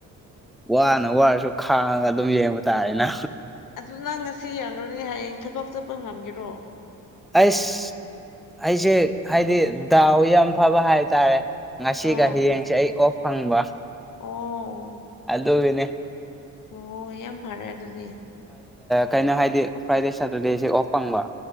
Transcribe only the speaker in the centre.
ꯋꯥꯅ ꯋꯥꯔꯁꯨ ꯈꯥꯡꯉ ꯑꯗꯨꯝ ꯌꯦꯡꯕ ꯇꯥꯔꯦꯅ
ꯑꯩꯁ ꯑꯩꯁꯦ ꯍꯥꯏꯗꯤ ꯗꯥꯎ ꯌꯥꯝ ꯐꯕ ꯍꯥꯏꯇꯥꯔꯦ ꯉꯁꯤꯒ
ꯍꯌꯦꯡꯁꯦ ꯑꯩ ꯑꯣꯐ ꯐꯪꯕ
ꯑꯗꯨꯗꯒꯅꯦ
ꯈꯩꯅꯣ ꯍꯥꯏꯗꯤ ꯐ꯭ꯔꯥꯏꯗꯦ ꯁꯇꯔꯗꯦꯁꯦ ꯑꯣꯐ ꯐꯪꯕ